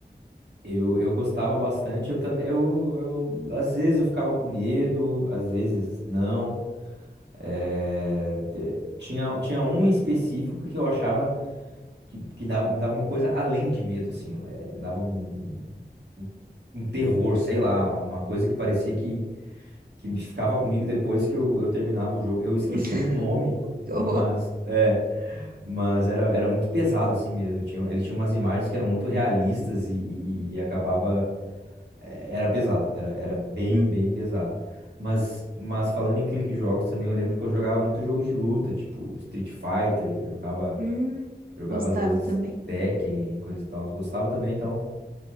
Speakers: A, on the right; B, on the right.
A: eu, eu gostava bastante. Eu também, eu, eu- às vezes eu ficava com medo, às vezes não. É, de- tinha, tinha um em específico que eu achava que, que dava- me dava uma coisa além de medo, assim, é, me dava um, um- um terror, sei lá, uma, uma coisa que parecia que, que ficava comigo depois que eu, eu terminava o jogo. Eu esqueci
B: <laughs>
A: o nome,
B: Que
A: mas.
B: horror.
A: é. Mas era, era muito pesado assim mesmo. Tinha, ele tinha umas imagens que eram muito realistas e, e- e acabava. é, Era pesado, era, era bem,
B: Hum.
A: bem pesado. Mas, mas falando em clique jogos também, eu lembro que eu jogava muito jogo de luta, tipo Street Fighter, jogava,
B: Hum.
A: jogava
B: Gostava
A: às vezes
B: também.
A: Tekken e coisa e tal. Gostava também, então.